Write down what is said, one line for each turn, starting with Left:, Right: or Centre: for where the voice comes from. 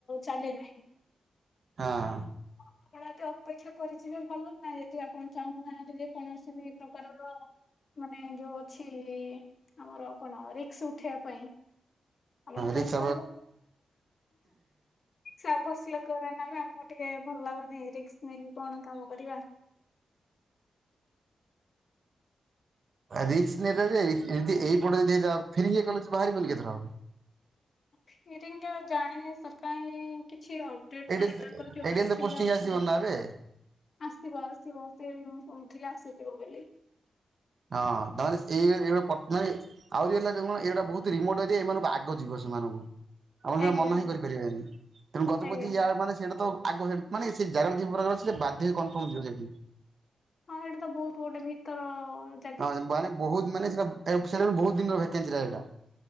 Left: ଚାଲି ନାହିଁ।
Right: ହଁ।
Left: ଆପଣ ଯଦି ଅପେକ୍ଷା କରିଯିବେ ଭଲ ନାଁ ଯଦି ଆପଣ ଚାହୁଁନାହାନ୍ତି ଯେ କୌଣସି ଦୀ ପ୍ରକାରର। ମାନେ ଯୋଉ ଅଛି ଆମର କଣ ରିକ୍ସ ଉଠେଇବା ପାଇଁ। ଆପ
Right: ରିକ୍ସ
Left: କରିବା ର ଭଷିଲ କର <inaudible> ମୁଁ ଟିକେ ଭଲ ଲାଗୁନି ରିକ୍ସ ନେଇକି କଣ କାମ କରିବା।
Right: ରିକ୍ସ ନେ ରାରେ ଏଇପଟ ଯଦି ଏରା ଫେରି କଲେ ବାହାରିବନିକି ଏଥର
Left: ଫିରିଙ୍ଗା ଜାଣିନି ସାର୍ କାଇଁ କିଛି। ଟ୍ରିଟ
Right: ଏଇଠି
Left: ନାହିଁ ତାଙ୍କର ଜଉମାନେବି
Right: ଏଇଠି ଏମିତି
Left: ଥିଲେ
Right: ପୋଷ୍ଟିଂ
Left: ଅଛନ୍ତି।
Right: ଆସିବନି ନା ଏବେ
Left: ଆସିବ ଆସିବ ସେ ମୁଁ କହୁଥିଲି ଆସିଯିବ ବୋଲି।
Right: ହଁ ତାମାନେ ସେ ଏଇ ଜିବେ ପଟ୍ଟନାୟକ <inaudible> ଆହୁରି ହେଲା ଦେଖୁନ ଏଇଗଟା ବହୁତ ରିମୋଟଏରିଆ ଏମାନଙ୍କୁ ଆଗ ଯିବ ସେମାନଙ୍କୁ। ଆପଣ ଜମା
Left: ଆଜ୍ଞା
Right: ମନା ହିଁ କରିପାରିବେନି ତେଣୁ ଗତପତି
Left: ଆଜ୍ଞା
Right: ଯାର ମାନେ ସେଇଟା ତ ଆଗ ହେଡ଼ ମାନେ ସେ ଜାଗାଟା ପ୍ର ବାଧ୍ୟ ହେଇ କନଫର୍ମ ଥିବ ସେଠି।
Left: ହଁ ହେଟା ତ ବହୁତ ଗୋଟେ ଭିତର ଅ
Right: ହଁ ମାନେ ବହୁତ ମାନେ ସେଟା ସେଟା ବହୁତ ଦିନରଭେକାନଚି ରହେ ସେଇଟା।